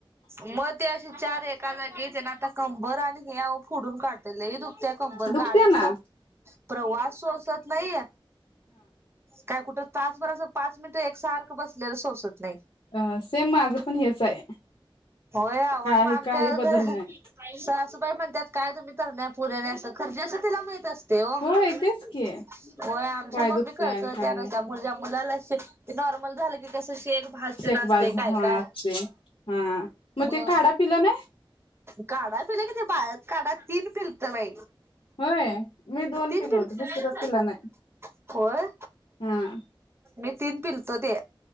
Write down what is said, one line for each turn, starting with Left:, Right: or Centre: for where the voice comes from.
Right: मग ती अशी चार एका जागीचन आता कंबर आणि हाव फोडून काढते लय दुखते कंबर
Left: दुखते
Right: गाडीचा
Left: ना
Right: प्रवास सोसत नाही काय कुठं तासभर अस पाच मिनिट एकसारखं बसलेलं सोसत नाही.
Left: हा सेम माझं पण हेच आहे
Right: होय आहो आणि
Left: काही
Right: मग आमच्या
Left: काही
Right: घर
Left: बदल नाही
Right: सासूबाई म्हणतात काय तुम्ही तरण्या <unintelligible> खरं ज्याचं त्याला माहीत अस ते ओ.
Left: होय तेच
Right: समजले
Left: की काय दुखतय आणि काय
Right: नाही <unintelligible> मुलाला शिक नॉर्मल झाल की कस ते एक भाषण
Left: शेकबाज
Right: असतं काय
Left: हा
Right: काय
Left: असते हा मग
Right: म
Left: ते काढा पिला नाही
Right: काढता लगेच बाहेर. कडा तीन पिलत बाई.
Left: होय मी दोन
Right: तीन
Left: पिलो
Right: पिल
Left: होतो. तीसर पील नाही.
Right: होय
Left: हा.
Right: मी तीन पिलतो ते.